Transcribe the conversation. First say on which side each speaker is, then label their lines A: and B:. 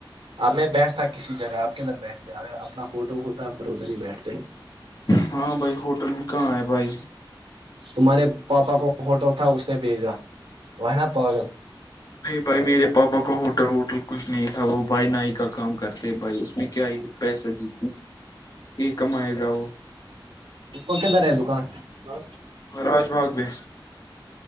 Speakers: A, on the right; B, on the left.
A: اب میں بیٹھتا کسی جگہ آپ کے ادھر بیٹھتے اگر اپنا ہوٹل ہوتا ہے پھر ادھر ہی بیٹھتے
B: ہاں بھائی ہوٹل بھی کہاں ہے بھائی
A: تمہارے پاپا کو ہوٹل تھا اس نے بھیجا وہ نا پاگل
B: نہیں بھائی میرے پاپا کو ہوٹل ووٹل کچھ نہیں تھا وہ بھائی نائی کا کام کرتے بھائی اس میں کیا یہ پیسہ جی یہ کمائے گا وہ
A: اس کو کہد رہے دکان ہ
B: راج ماغ بھی